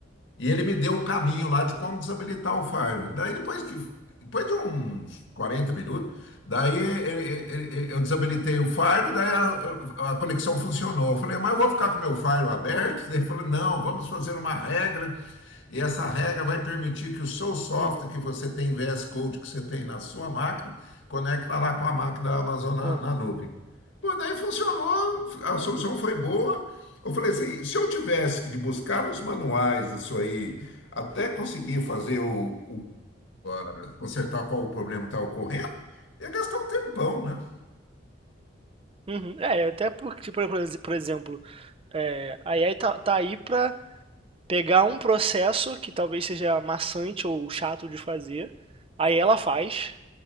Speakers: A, on the left; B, on the right.
A: E ele me deu o caminho lá de como desabilitar o Fire. Daí depois que depois de uns 40 minutos, daí eh, eh, eh, eu desabilitei o Fire, daí a, a conexão funcionou. Eu falei, mas eu vou ficar com o meu Fire aberto? <laughs> Ele falou, não, vamos fazer uma regra e essa regra vai permitir que o seu software
B: uhum,
A: que você tem, VS Code que você tem na sua máquina, conecta lá com a máquina da Amazon na,
B: uhum,
A: na nuvem. Pô, daí funcionou, a solução foi boa. Eu falei assim, se eu tivesse que de buscar nos manuais isso aí, até conseguir fazer o, o- a- consertar qual o problema que está ocorrendo, ia gastar um tempão, né?
B: uhum. É, até porque, por, por ex- por exemplo, é, a AI tá, tá aí para pegar um processo que talvez seja maçante ou chato de fazer, aí ela faz,